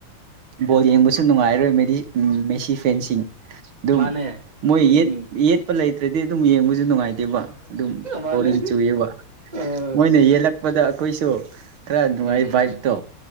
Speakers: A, on the right (about 85°); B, on the right (about 20°).
A: ꯕꯣꯜ ꯌꯦꯡꯕꯁꯨ ꯅꯨꯡꯉꯥꯏꯔꯣꯏ ꯃꯗꯤ ꯁꯤ ꯐꯦꯟꯁꯤꯡ ꯑꯗꯨꯝ
B: ꯃꯥꯅꯦ
A: ꯃꯣꯏ ꯌ‌ꯦꯠ
B: ꯎꯝ
A: ꯌꯦꯠꯄ ꯂꯩꯇ꯭ꯔꯗꯤ ꯑꯗꯨꯝ ꯌꯦꯡꯕꯁꯨ ꯅꯨꯡꯉꯥꯏ ꯇꯦꯕ ꯑꯗꯨꯝ
B: ꯃꯥꯅꯦ
A: ꯕꯣꯔꯤꯡ ꯆꯨꯏꯑꯦꯕ
B: ꯑꯥ
A: ꯃꯣꯏꯅ ꯌꯦꯜꯂꯛ ꯕꯗ ꯑꯩꯈꯣꯏꯁꯨ ꯈꯔ ꯅꯨꯡꯉꯥꯏ
B: ꯎꯝ
A: ꯚꯥꯏꯞꯇꯣ